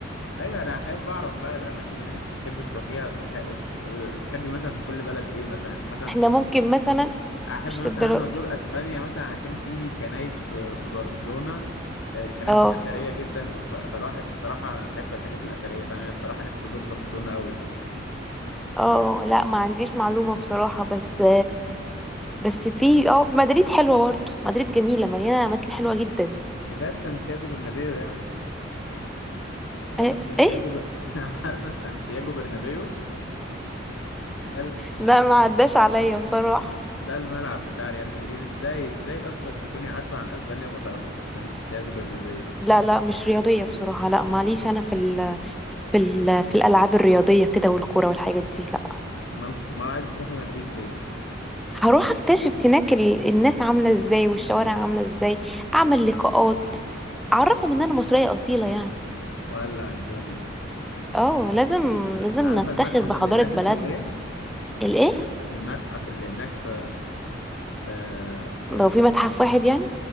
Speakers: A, on the left (about 70°); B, in the centre.
A: ايوه انا احب اعرف بقى الاماكن اللي انت تحب تروحيها تروحيها وت- وتحبي مثلا في كل بلد ايه مثلا مثلا
B: احنا ممكن مثلا
A: احب
B: مش
A: مثلا
B: الدرا
A: انا ازور اسبانيا مثلا عشان في كنايس في في برشلونه آه، الكنايس
B: اه
A: دي اثريه جدا والف- فالواحد بصراحه انا احب الحاجات الاثريه فانا بصراحه نفسي ازور برشلونه قوي
B: اه لا ما عنديش معلومة بصراحة بس بس في اه مدريد حلوة برضه مدريد جميلة مليانة اماكن حلوة جدا
A: كفايه سانتياغو برنابيو يعني عارفه
B: ايه
A: سانتياغو
B: ايه <laughs>
A: ب... <laughs> عارفه سانتياغو برنابيو ده
B: لا ما عداش عليا بصراحة
A: ده الملعب بتاع ريال مدريد ازاي ازاي اصلا تكوني عارفه عن اسبانيا وما تعرفيش سانتياغو برنابيو
B: لا لا مش رياضية بصراحة لا معليش أنا في ال في ال في الألعاب الرياضية كده والكورة والحاجات دي لا
A: امال امال عايزه تروحي مدريد ليه
B: هروح أكتشف هناك ال- الناس عاملة إزاي والشوارع عاملة إزاي أعمل لقاءات أعرفهم
A: يعني
B: إن أنا مصرية أصيلة يعني
A: ولع الدنيا
B: اه لازم
A: انت
B: لازم
A: عارفه
B: نفتخر
A: المتحف
B: بحضارة
A: اللي هناك
B: بلدنا
A: اسمه ايه
B: الإيه؟
A: المتحف اللي هناك في في في
B: لو في متحف واحد يعني